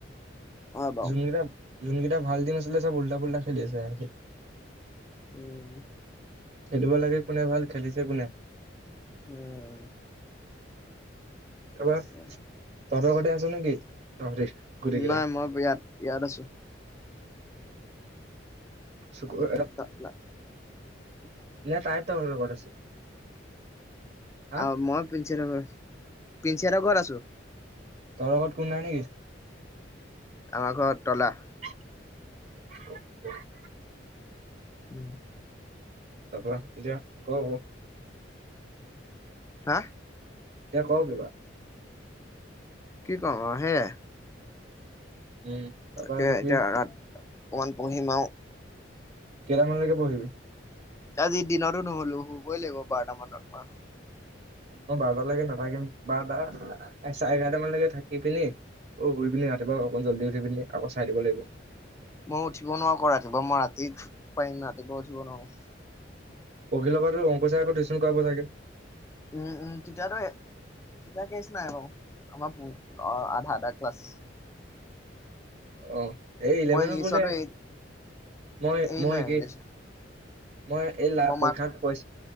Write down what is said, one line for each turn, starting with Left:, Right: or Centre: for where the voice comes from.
Left: হয় বাৰু
Right: যোনকেইটা যোনকেইটা ভাল টিম আছিলে চব উল্টা পুল্টা খেলি আছে হিহঁতি।
Left: উম।
Right: খেলিব লাগে কোনে ভাল খেলিছে কোনে।
Left: উম তাকে।
Right: তাৰপা তহঁতৰ ঘৰতে আছে নেকি। তহঁতি গোটেইকেইটা
Left: নাই মই ইয়াত ইয়াত আছো।
Right: চুকুৰ ন
Left: তাত নাই
Right: তাই তহঁতৰ লগত আছে। হা
Left: আ মই প্ৰিন্সি লগৰ প্ৰিন্সি হতৰ ঘৰত আছো
Right: তাৰ লগত কোনো নাই নেকি
Left: আমাৰ ঘৰত তলা
Right: <inaudible>
Left: উম
Right: তাৰা এতিয়া কওঁ আকৌ
Left: হা
Right: এতিয়া কওঁ কিবা
Left: কি কম সেয়াই
Right: উম তাৰপৰা
Left: তাকে
Right: এইটো
Left: এতিয়া
Right: কি
Left: অকণমান পঢ়িম আও
Right: কেইটা মানৰ লৈকে পঢ়িবি
Left: আজিৰ দিনটো নোশুলো শুবই লাগিব বাৰটা মানত
Right: মই বাৰটালৈকে নাথাকিম বাৰটা চাৰে এঘাৰটা মানলে কে থাকি পিনি অ শুই পিনি ৰাতিপুৱা অকণ জল্দি উঠি পিনি আকৌ চাই দিব লাগিব
Left: মই উঠিব নোৱাৰ কো ৰাতিপুৱা মই ৰাতি পাৰিম ৰাতিপুৱা উঠিব নোৱাৰো
Right: অখিলৰ বাৰো অংক চাৰ আকৌ টিউশ্যন কৰা চাগে <unintelligible>
Left: উম উম তেতিয়াটো তা কেচ নাই বাও আমাৰ আধা আধা ক্লাছ
Right: অ এই ইলেভেন
Left: মই ইংলিছতো
Right: বোলে
Left: এ
Right: মই
Left: এৰিমেই
Right: মই একে
Left: ইংলিছ
Right: মই এই লা
Left: মই
Right: পইক্ষাক
Left: মাক
Right: মই